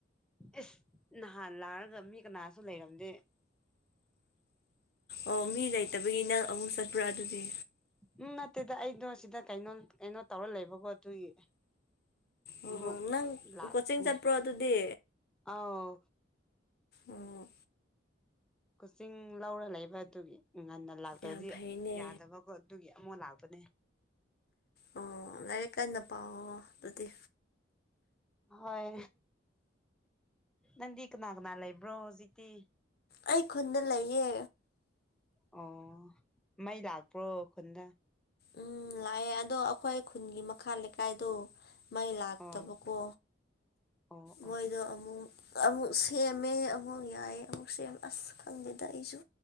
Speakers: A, in the centre; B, on the left.
A: ꯏꯁ ꯅꯍꯥꯟ ꯂꯥꯛꯔꯒ ꯃꯤ ꯀꯅꯥꯁꯨ ꯂꯩꯔꯝꯗꯦ
B: ꯑꯣ ꯃꯤ ꯂꯩꯇꯕꯒꯤ ꯅꯪ ꯑꯃꯨꯛ ꯆꯠꯄ꯭ꯔꯥ ꯑꯗꯨꯗꯤ
A: ꯎꯝ ꯅꯠꯇꯦꯗ ꯑꯩꯗꯣ ꯁꯤꯗ ꯀꯩꯅꯣ ꯀꯩꯅꯣ ꯇꯧꯔ ꯂꯩꯕꯀꯣ ꯑꯗꯨꯒꯤ
B: ꯑꯣ
A: ꯑꯃꯨꯛ
B: ꯅꯪ
A: ꯂꯥꯛꯄꯅꯦ
B: ꯀꯣꯆꯤꯡ ꯆꯠꯄ꯭ꯔꯣ ꯑꯗꯨꯗꯤ
A: ꯑꯥꯎ
B: ꯑꯣ
A: ꯀꯣꯆꯤꯡ ꯂꯧꯔ ꯂꯩꯕ ꯑꯗꯨꯒꯤ ꯉꯟꯅ ꯂꯥꯛꯇ꯭ꯔꯗꯤ
B: ꯌꯥꯝ ꯐꯩꯅꯦ
A: ꯌꯥꯗꯕ ꯀꯣ ꯑꯗꯨꯒꯤ ꯑꯃꯨꯛ ꯂꯥꯛꯄꯅꯦ
B: ꯑꯣ ꯂꯥꯏꯔꯤꯛ ꯀꯥꯟꯅ ꯄꯥꯎꯑꯣ ꯑꯗꯨꯗꯤ
A: ꯍꯣꯏ ꯅꯪꯗꯤ ꯀꯅꯥ ꯀꯅꯥ ꯂꯩꯕ꯭ꯔꯣ ꯍꯧꯖꯤꯛꯇꯤ
B: ꯑꯩ ꯈꯨꯟꯗ ꯂꯩꯌꯦ
A: ꯑꯣ ꯃꯩ ꯂꯥꯛꯄ꯭ꯔꯣ ꯈꯨꯟꯗ
B: ꯎꯝ ꯂꯥꯛꯑꯦ ꯑꯗꯣ ꯑꯩꯈꯣꯏ ꯈꯨꯟꯒꯤ ꯃꯈꯥ ꯂꯩꯀꯥꯏꯗꯣ ꯃꯩ ꯂꯥꯛꯇꯕꯀꯣ
A: ꯑꯣ ꯑꯣ ꯑꯣ
B: ꯃꯣꯏꯗꯣ ꯑꯃꯨꯛ ꯑꯃꯨꯛ ꯁꯦꯝꯃꯦ ꯑꯃꯨꯛ ꯌꯥꯏꯌꯦ ꯑꯃꯨꯛ ꯁꯦꯝꯃꯦ ꯑꯁ ꯈꯪꯗꯦꯗ ꯑꯩꯁꯨ